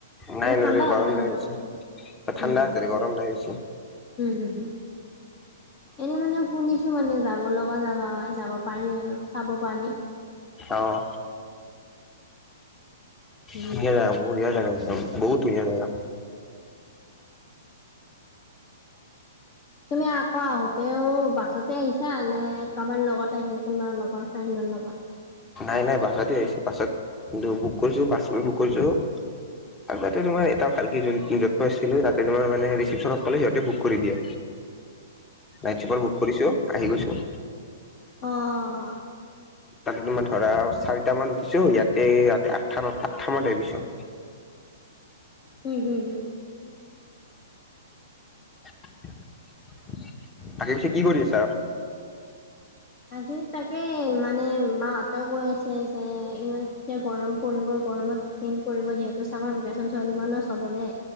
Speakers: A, on the left (about 40°); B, on the left (about 15°).
A: মানে
B: নাই
A: ঠাণ্ডা
B: নাই <unintelligible>
A: হ'ব
B: গৰম
A: লাগে
B: লাগিছে,
A: ন
B: ঠাণ্ডা
A: উম হুম
B: আছে <unintelligible> গৰম নাই বেছি।
A: উম হম হম। এনে মানে শুনিছো মানে যাব লগা জাগা হয় যাব পাৰি আৰু চাব পাৰি।
B: অ'।
A: উম
B: ধুনিয়া জাগা, বঢ়িয়া জাগা। বহুত ধুনীয়া জাগা।
A: তুমি আকৌ আহোতেও বাছতে আহিছা নে কাবাৰ লগত আহিছা কোনোবা লগৰ ফ্ৰেণ্ডৰ লগত?
B: নাই নাই বাছতে আহিছো বাছত <unintelligible> বুক কৰিছো বাছ বুক কৰিছো। আৰু তাতে তোমাৰ এটা ভাল কি যোন য'ত মই আছিলো তাতে তোমাৰ মানে ৰিচিপচনত ক'লে সিহঁতে বুক কৰি দিয়ে।
A: <inaudible>
B: নাইট চুপাৰ বুক কৰিছো আহি গৈছো।
A: অ' অ'।
B: তাতে তোমাৰ ধৰা চাৰিটা মান উঠিছো ইয়াতে ইয়াত আঠটা মানত আঠটা মানত আহি পাইছো।
A: হুম হুম হুম
B: <inaudible> বাকি পিছে কি কৰি আছা?
A: আজি তাকে মানে মাহাঁতে কৈ আছে যে ইয়াতে গৰম পৰিব। গৰমত দিন পৰিব যিহেতু চামাৰ ভেকেশন চলিব ন চবৰে।